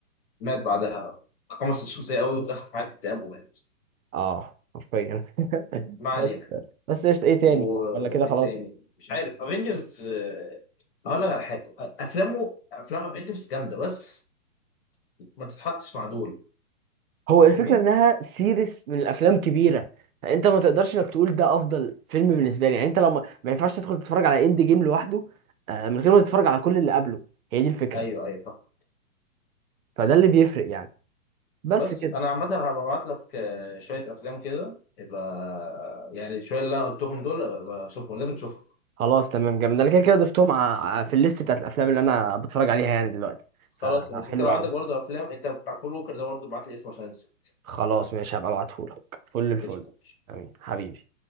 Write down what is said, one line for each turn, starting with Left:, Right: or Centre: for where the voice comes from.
Left: مات بعدها خمس الشخصيه قوي ودخل في حاله اكتئاب ومات
Right: اه حرفيا <laughs>
Left: ما علينا
Right: بس بس ايش ايه تاني
Left: وايه
Right: ولا كده خلاص
Left: تاني مش عارف افنجرز هقول لك على حاجه افلامه افلام افنجرز جامده بس ما تتحطش مع دول
Right: هو
Left: فاهمني
Right: الفكرة انها سيريس من الافلام كبيرة فانت ما تقدرش انك تقول ده افضل فيلم بالنسبة لي يعني انت لو ما, ما ينفعش تدخل تتفرج على اند جيم لوحده آه، من غير ما تتفرج على كل اللي قبله هي دي الفكرة
Left: ايوه ايوه فاهم
Right: فده اللي بيفرق يعني بس
Left: بس
Right: كده
Left: انا عامه هبقى ابعت لك آه، شويه افلام كده يبقى يعني شويه اللي انا قلتهم دول آه، اشوفهم لازم تشوفهم
Right: خلاص تمام جامد انا كده كده ضفتهم ع- ع- في الليست بتاعت الافلام اللي انا بتفرج عليها يعني دلوقتي
Left: خلاص
Right: فحلو
Left: ماشي انت لو
Right: قوي
Left: عندك برضه افلام انت بتاع كول ووكر ده برضه ابعت لي اسمه عشان انسى
Right: خلاص ماشي هبقى ابعتهولك فل الفل
Left: قشطة.
Right: امين حبيبي